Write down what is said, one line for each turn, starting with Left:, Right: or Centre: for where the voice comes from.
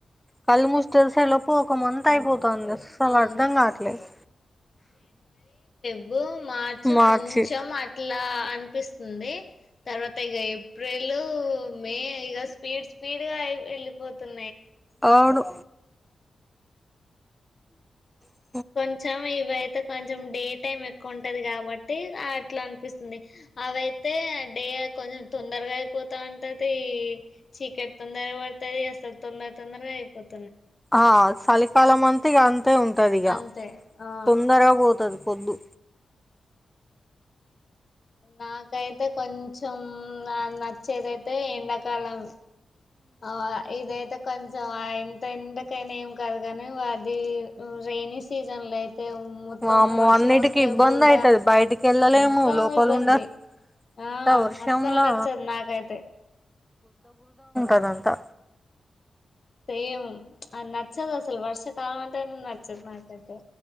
Centre: కల్ ముస్ తెలిసే లోపు ఒక మంత్ అయిపోతుంది అ అసలు
Left: అవును
Centre: అర్ధం కావట్లేదు
Left: ఫెబు మార్చు
Centre: మార్చి
Left: కొంచెం అట్లా ఇలా అనిపిస్తుంది తర్వాత ఇక ఏప్రిల్ మే ఇక స్పీడ్ స్పీడ్ వెళ్ళిపోతుంది
Centre: అవును హ
Left: కొంచెం ఇవై కొంచం డే టైం ఎక్కువ టది కాబట్టి అట్లా అపిస్తుంది అవయితే డే కొంచెం తొందరగా అయిపోతంటది చీకటి తొందరగా పడుతుది అసలు తొందర తొందరగా అయిపోతు
Centre: ఆ చలికాలం అంత తిగన్ అ ఉంటదిగా
Left: అంతే ఆ
Centre: తొందరగా పోతది వద్దు
Left: నాకైతే కొంచం నచ్చేది అయితే ఎండాకాలం ఆ ఇదైతే కొంచం ఎందైంతే కాని ఏం కాదుగాని వా అది రైనీ సీజన్ల అతే మొత్తం
Centre: వామ్మో
Left: వర్షం
Centre: అన్నిటికి
Left: వస్తే
Centre: ఇబ్బంది
Left: బూడదా
Centre: అయితది బయటికి వెళ్ళలేము
Left: మొత్తం
Centre: లోపల
Left: ఇబ్బంది
Centre: ఉండ అంతా
Left: ఆ
Centre: వర్షంలా
Left: అస్సలు నచ్చదు నాకైతే
Centre: అదంతా
Left: సేమ్ నచ్చదు అసలు వర్షకాలం అంటేనే నచ్చదు నాకైతే